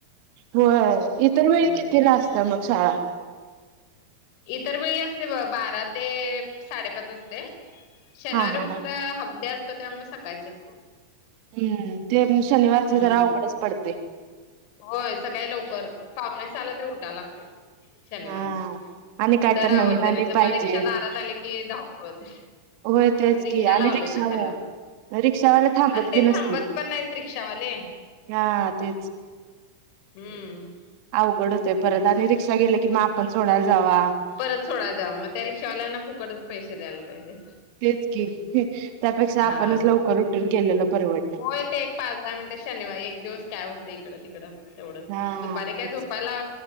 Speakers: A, on the right (about 45°); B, on the left (about 45°).
A: होय. इतर वेळी
B: म्हटलं
A: कितीला
B: की
A: असत्या मग शाळा?
B: तर वेळी असते बघ बारा ते साडेपाच असते. शनिवारी
A: हा हा
B: फक्त
A: हा
B: हाफ डे असतो तेव्हा मग सकाळची असते.
A: हम्म ते शनिवार ते
B: हम्म
A: जरा अवघडच पडतय.
B: होय सकाळी लवकर पावणे सहाला तरी उठाव लागतय. शनिवारच
A: हा आणि काय
B: तर आवरतय
A: नवीन आली
B: नाही तर मग
A: पाहिजे
B: रिक्षा दारात आली कि धावपळ होते.
A: होय तेच
B: रिक्षा
A: की आणि
B: लावले
A: रिक्षावर
B: ना त्याला.
A: रिक्षावाला थांबत
B: आणि ते
A: बी
B: थांबत
A: नसतील
B: पण नाहीत रिक्षावाले
A: हा तेच
B: हम्म.
A: अवघड परत आणि रिक्षा गेले की मग आपण सोडायला जावा
B: परत सोडाय जावा मग त्या रिक्षावाल्यांना फुकटच पैसे द्यायला पाहिजे.
A: तेच की त्यापेक्षा
B: हा
A: आपणच
B: हा
A: लवकर उटून केलेलं परवडलं.
B: होय ते एक पाच दहा शनिवारी एक दिवस काय होतय इकड एवढं
A: हा
B: दुपारी
A: तेच.
B: काय झोपायला